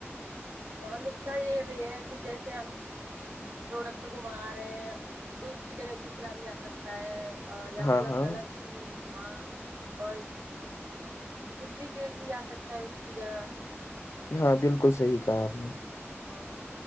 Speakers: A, on the right; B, on the left.
A: ہاں نقصان یہ بھی ہے کہ جیسے ہم ک پروڈکٹ کو مگا رہے ہیں تو اس کی جگہ دوسرا بھی آ سکتا تا ہے اور یا
B: ہاں
A: مطلب
B: ہاں
A: غلط بھی ہاں اور ڈپلیکیٹ بھی آ سکتا ہے اس کی جگہ
B: ہاں بالکل صحیح کہا آپ نے
A: ہاں ہاں